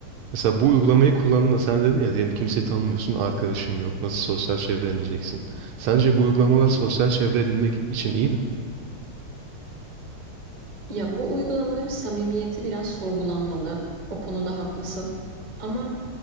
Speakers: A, on the right; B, on the right.
A: mesela bu uygulamayı kullandığında sen dedin ya diyelim kimseyi tanımıyorsun, arkadaşın yok. Nasıl sosyal çevre edineceksin? Sence bu uygulamalar sosyal çevre edinmek için iyi mi?
B: Ya bu uygulamaların samimiyeti biraz sorgulanmalı. O konuda haklısın. Ama